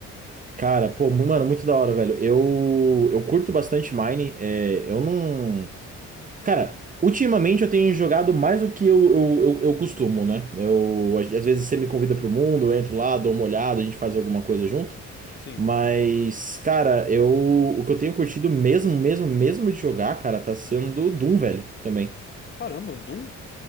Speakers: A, on the right (about 25°); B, on the left (about 35°).
A: Cara, pô, mu- mano, muito da hora, velho. Eu, eu curto bastante Mine. é, eu não. Cara, ultimamente eu tenho jogado mais do que eu, eu, eu, eu costumo, né? Eu,
B: Uhum.
A: às às vezes você me convida pro mundo, eu entro lá, dou uma olhada, a gente faz alguma coisa junto.
B: Sim.
A: Mas, cara, eu, o que eu tenho curtido mesmo, mesmo, mesmo de jogar, cara, tá sendo Doom, velho, também.
B: Caramba, Doom?